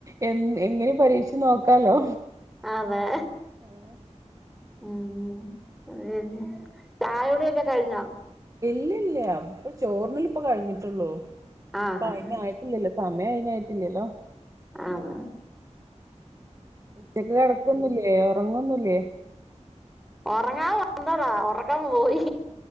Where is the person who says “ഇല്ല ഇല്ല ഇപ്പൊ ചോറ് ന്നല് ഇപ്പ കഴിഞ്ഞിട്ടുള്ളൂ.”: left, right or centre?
Right